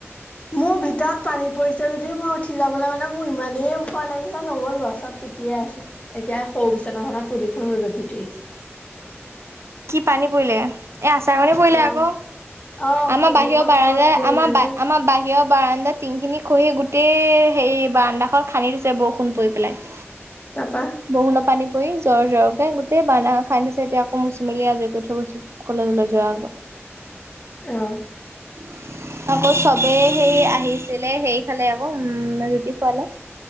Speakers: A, on the left (about 25°); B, on the right (about 65°).
A: মোৰ ভিতৰত পানী পৰিছে যদিও মই উঠি যাবলৈ মানে মোৰ ইমানেই ভয় লাগিছে নগ'লো আৰু। পাছত এতিয়াই আছে এতিয়া সৰু বিচনাখনত তুলিখন ৰ'দত দি থৈ আহিছোঁ।
B: কি পানী পৰিলে? এ আচাৰকণী পৰিলে
A: অ
B: আকৌ
A: অ
B: আমাৰ
A: খিৰিকীখনত
B: বাহিৰৰ বাৰান্দা
A: হেৰি
B: আমাৰ
A: নাই যে
B: আমাৰ বাহিৰৰ বাৰান্দা টিংখিনি খহি গোটেই হেৰি বাৰাণ্দাখন খান্দি থৈছে বৰষুণ পৰি পেলাই।
A: তাৰপা
B: বৰষুণৰ পানী পৰি জৰ জৰকে গোটেই বাৰান্দা খান্দি থৈছে এতিয়া আকৌ মুচ মেলি আজৰি কৰি থৈ গৈছো কলেজলৈ যোৱাৰ আগত
A: অ'
B: <inaudible> আকৌ চবেই সেই আহিছিলে সেই খালে আকৌ উম' ৰুটি খোৱালে।